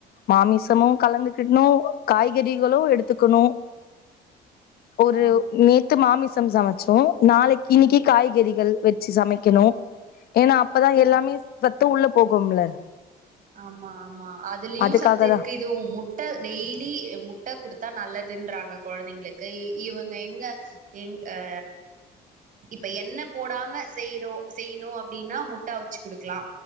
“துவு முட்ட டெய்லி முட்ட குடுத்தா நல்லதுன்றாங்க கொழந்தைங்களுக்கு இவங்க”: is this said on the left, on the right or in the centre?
Right